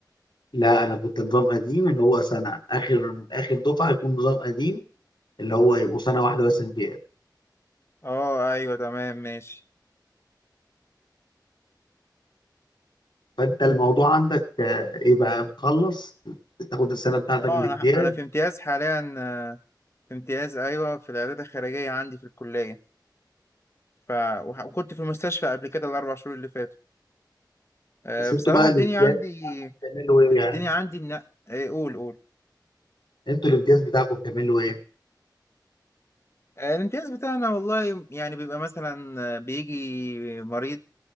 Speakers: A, on the left (about 85°); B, on the left (about 35°).
A: لا انا كنت نظام قديم اللي هو سنه اخر اخر دفعه يكون نظام قديم اللي هو يبقوا سنه واحده بس امتياز
B: اه ايوه تمام ماشي
A: فانت الموضوع عندك آه، يبقى بتخلص تاخد السنه بتاعتك
B: اه
A: الامتياز
B: انا انا في امتياز حاليا آه، في امتياز ايوه في العيادات الخارجيه عندي في الكليه ف وح- وكنت في المستشفى قبل كده الاربع شهور اللي فاتوا آه،
A: بس
B: بصراحه
A: انتوا بقى
B: الدنيا
A: الامتياز
B: عندي
A: بتعملوا ايه
B: الدنيا
A: يعني
B: عندي إن... آه، قول قول
A: انتوا الامتياز بتاعكم بتعملوا ايه
B: آه، الامتياز بتاعنا والله يعني بيبقى مثلا آه، بيجي مريض